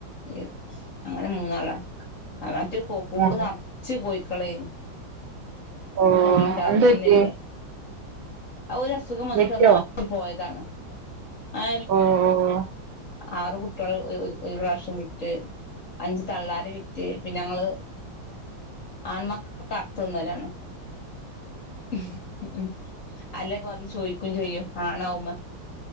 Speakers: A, on the left (about 45°); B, on the right (about 80°).
A: എയ്യ്, അങ്ങനെ മൂന്നാളാ അവറ്റ ഇപ്പൊ കൂട്
B: ആഹ്
A: നറച്ച് കോഴി മക്കളെ ഇപ്പൊ
B: ഓഹ്
A: കോയിണ്ടാവണെന്നില്ല.
B: എന്ത് പറ്റി
A: ആ ഒരു അസുഖം വന്നിട്ട്
B: വിറ്റോ
A: ഒന്നായിട്ടു പോയതാണ്. <unintelligible>
B: ഓഹ് ഓഹ്
A: ആറ് കുട്ട്യോള് ഒരു പ്രാവശ്യം വിറ്റ് അഞ്ച് തള്ളാര് വിറ്റ് പിന്നെ ഞങ്ങള്. ആന്മക്കളർത്തൊന്നരാണ് <unintelligible> ഉം ഉം ഉം അല്ല ഇപ്പ വന്ന് ചോയിക്കും ചെയ്യും ആണോ എന്ന്?